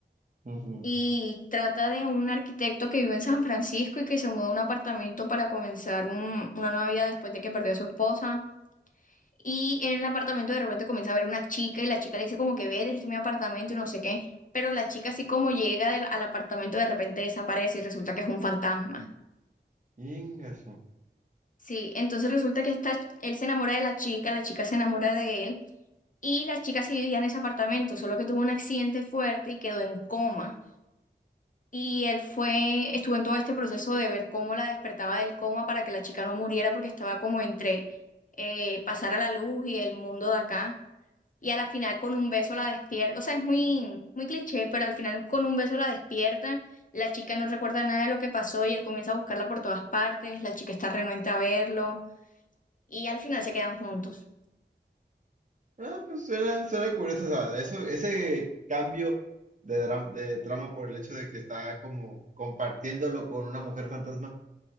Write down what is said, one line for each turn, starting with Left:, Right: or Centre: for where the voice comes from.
Right: Ujú.
Left: Y trata de un arquitecto que vive en San Francisco y que se mudó a un apartamento para comenzar un- una nueva vida después de que perdió a su esposa. Y en el apartamento de repente comienza a ver una chica y la chica le dice como que ve, este es mi apartamento y no sé qué. Pero la chica así como llega del- al apartamento de repente desaparece y resulta que es un fantasma.
Right: Ingaso.
Left: Sí, entonces resulta que esta- él se enamora de la chica, la chica se enamora de él y la chica se vivía en ese apartamento, solo que tuvo un accidente fuerte y quedó en coma. Y él fue, estuvo en todo este proceso de ver cómo la despertaba del coma para que la chica no muriera porque estaba como entre eh, pasar a la luz y el mundo de acá. Y a la final con un beso la despierta, o sea, es muy, muy cliché, pero al final con un beso la despierta, la chica no recuerda nada de lo que pasó y él comienza a buscarla por todas partes, la chica está renuente a verlo y al final se quedan juntos.
Right: Ah, pues suena, suena curioso, o sea, eso, ese cambio de, dra- de trama por el hecho de que está como compartiéndolo con una mujer fantasma.